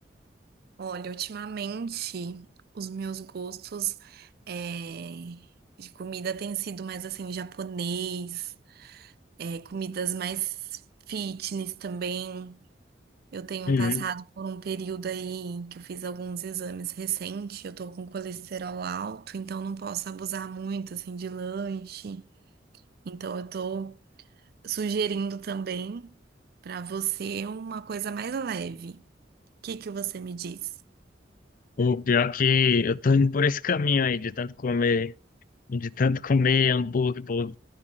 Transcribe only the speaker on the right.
Olha, ultimamente os meus gostos é, de comida têm sido mais assim, japonês, é, comidas mais fitness também. Eu tenho
passado por um período aí que eu fiz alguns exames recentes, eu tô com colesterol alto, então não posso abusar muito assim de lanche. Então eu tô sugerindo também para você uma coisa mais leve. O que que você me diz?